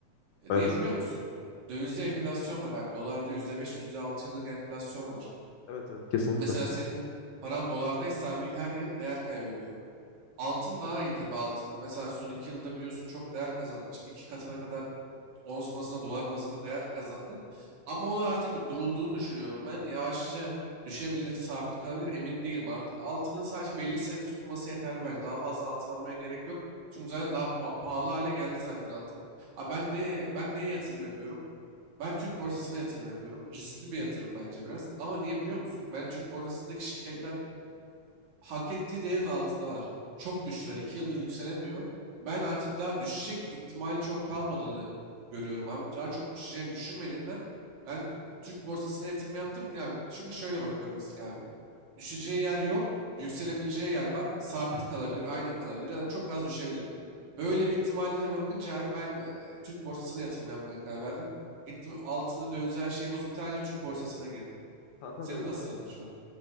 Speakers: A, on the right; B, on the left.
A: E,
B: Evet.
A: niye biliyor musun? Dövizde enflasyon var abi. Dolarda yüzde beş yüzde altı yıllık enflasyon var.
B: Evet evet kesinlikle.
A: Mesela
B: Hı.
A: senin paran dolardaysa abi her yıl değer kaybediyor. Altın daha iyi tabii. Altın mesela son iki yılda biliyorsun çok değer kazandı. Ç- iki katına kadar ons bazında, dolar bazında değer kazandı. Ama o da artık bir durulduğunu düşünüyorum. Ben yavaşça düşebilir, sabit kalabilir emin değilim. Artık altının sadece belli sayıda tutulması yeterli bence. Daha fazla altın almaya gerek yok. Çünkü zaten daha pa- pahalı hale geldi zaten altın. Ha ben neye ben neye yatırım yapıyorum? Ben Türk borsasına yatırım yapıyorum. Riskli bir yatırım bence biraz. Ama niye biliyor musun? Ben Türk borsasındaki şirketler hak ettiği değerin altındalar. Çok düştüler. 2 yıldır yükselemiyor. Ben artık daha düşecek ihtimali çok kalmadığını görüyorum abi. Daha çok düşeceğini düşünmediğimden ben Türk borsasına yatırım yaptım ki abi. Çünkü şöyle bakıyorum risk abi. Düşeceği yer yok. Yükselebileceği yer var. Sabit kalabilir, aynı kalabilir ya da çok az düşebilir. Böyle bir ihtimallere bakınca abi ben e, Türk borsasına yatırım yapmaya karar verdim. Gittim altını döviz her şeyi bozup sadece Türk borsasına girdim.
B: Kanka
A: Senin
B: benim
A: nasıl
B: aynen.
A: şu an?